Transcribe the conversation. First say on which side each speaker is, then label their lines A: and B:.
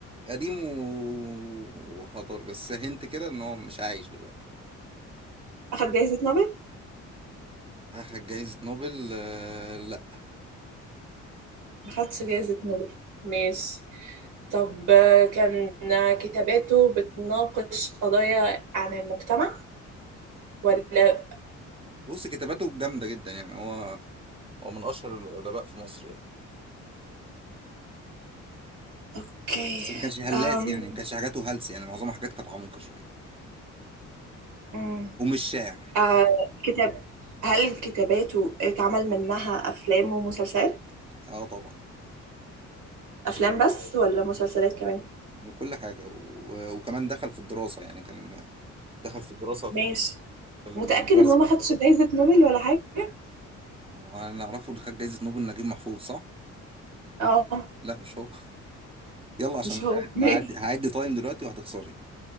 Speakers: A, on the right; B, on the right.
A: قديم و- وحضاري بس هنت كده ان هو مش عايش دلوقتي
B: اخد جائزة نوبل
A: اخد جايزة نوبل آه، لا
B: ما خدش جائزة نوبل ماشي طب آه، كان آه، كتاباته بتناقش قضايا عن المجتمع ولا
A: بص كتاباته جامدة جدا يعني هو هو من اشهر الادباء في مصر يعني
B: اوكي
A: بس ما كانش هلاس
B: أم...
A: يعني ما كانش حاجاته هلس يعني معظمها حاجات كانت عميقة شوية
B: أم،
A: ومش شاعر
B: آه كتاب هل كتاباته اتعمل منها افلام ومسلسلات
A: اه طبعا
B: افلام بس ولا مسلسلات كمان
A: من كل حاجة و... وكمان دخل في الدراسة يعني كان دخل في الدراسة في
B: ماشي
A: الم- في المدرسة
B: متأكد ان هو ما خدش جايزة نوبل ولا حاجة
A: وانا اعرفه اللي خد جايزة نوبل نجيب محفوظ صح؟
B: اه
A: لا مش هو يلا عشان
B: مش
A: أنا
B: هو
A: زهقان. انا
B: ماشي
A: هعدي هعدي تايم دلوقتي وهتخسري